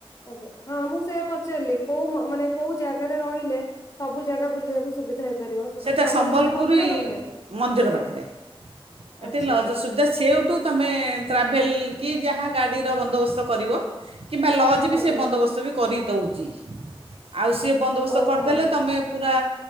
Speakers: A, on the left; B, on the right.
A: ଆଜ୍ଞା ହଁ ମୁଁ ସେଇଆ ପଚାରିଲି କୋଉ ମାନେ କୋଉ ଜାଗାରେ ରହିଲେ ସବୁ ଜାଗା ବୁଲିବାକୁ ସୁବିଧା ହେଇପାରିବ ସମଲେଶ୍ୱରୀ
B: ସେଇଟା ସମ୍ବଲପୁରୀ
A: ମନ୍ଦିର ପାଖେ?
B: ମନ୍ଦିର ପାଖରେ ଏଠି
A: ଆଚ୍ଛା
B: ଲଜ୍ ସୁବିଧା ସେଉଠୁ ତମେ ଟ୍ରାଭେଲ୍ କି ଯାହା ଗାଡ଼ିର ବନ୍ଦବସ୍ତ କରିବ କିମ୍ବା ଲ ଆଜିବି
A: ଆଜ୍ଞା
B: ସେବନ୍ଦୋବସ୍ତବି କରିଦଉଚି ଆଉ ସେବନ୍ଦୋବସ୍ତ
A: ଓହୋ
B: କରିଦେଲେ ତମେ ପୁରା